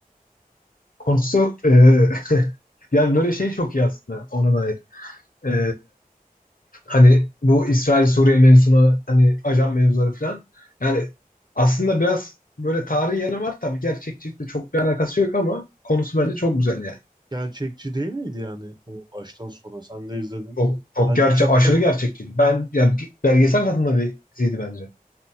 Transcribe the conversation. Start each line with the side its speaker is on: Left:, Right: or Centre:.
Left: Konusu e, <laughs> yani böyle şey çok iyi aslında ona dair. E, hani bu İsrail-Suriye mevzuna hani ajan mevzuları falan. Yani aslında biraz böyle tarihi yanı var. Tabii gerçekçilikle çok bir alakası yok ama konusu bence çok güzel yani.
Right: Gerçekçi değil miydi yani o baştan sona? Sen de izledin.
Left: Çok, çok
Right: Bence
Left: gerçe
Right: çok
Left: aşırı
Right: gerçek.
Left: gerçekçi. Ben yani bir belgesel tadında bir diziydi bence.